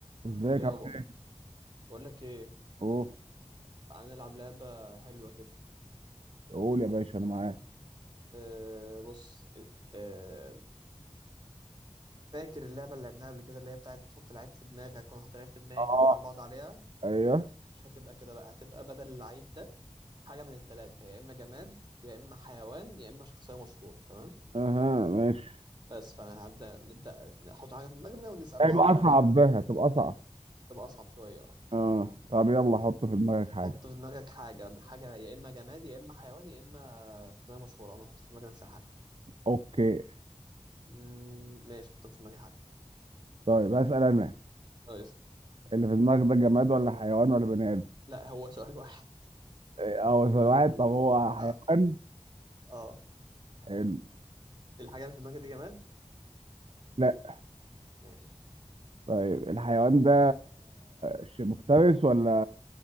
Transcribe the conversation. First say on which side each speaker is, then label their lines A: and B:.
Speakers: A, on the right; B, on the right.
A: ازيك
B: ايه يابا
A: عامل ايه؟
B: بقول لك ايه
A: اوه
B: تعال نلعب لعبه حلوه كده
A: قول يا باشا انا معاك
B: أه بص أه فاكر اللعبه اللي لعبناها قبل كده اللي هي بتاعت تحط لعيب في دماغك وانا احط لعيب في دماغي
A: اه
B: ونسال بعض عليها
A: ايوه
B: مش هتبقى كده بقى هتبقى بدل اللعيب ده حاجه من الثلاثه يا اما جماد يا اما حيوان يا اما شخصيه مشهوره تمام
A: اها ماشي
B: بس فانا هبدا نبدا نحط حاجه في دماغنا ونسال
A: هيبقى
B: بعض عليها
A: اصعب بقى هتبقى اصعب
B: تبقى اصعب شويه اه
A: اه طب يلا حط في دماغك حاجه
B: حط في دماغك حاجه حاجه يا اما جماد يا اما حيوان يا اما شخصيه مشهوره انا احط في دماغي نفس الحاجه
A: اوكي
B: مم، ماشي حط في دماغي حاجه
A: طيب هسأل انا
B: كويس
A: اللي في دماغك ده جماد ولا حيوان ولا بني ادم؟
B: لا هو سؤال واحد
A: إيه، اه سؤال واحد طب هو حيوان؟
B: اه اه
A: حلو
B: الحاجة اللي في دماغك دي جماد
A: لا
B: ماشي
A: طيب الحيوان ده ش- مفترس ولا